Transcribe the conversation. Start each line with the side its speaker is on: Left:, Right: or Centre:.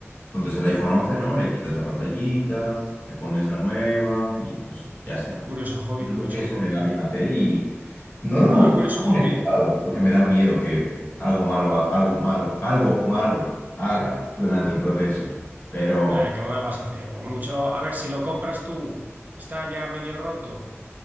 Left: Entonces, el iPhone once ¿no? Le quitas la pantallita, le pones la nueva y pues ya está
Right: Curioso hobby,
Left: es algo
Right: curioso
Left: que
Right: hobby.
Left: se me da bien hacer y no lo hemos
Right: No, curioso
Left: monetizado
Right: hobby, ¿eh?
Left: porque me da miedo que algo malo, algo malo, algo malo haga durante el proceso. Pero
Right: Eh, ¿qué vas a hacer? Como mucho, a ver, si lo compras tú, está ya medio roto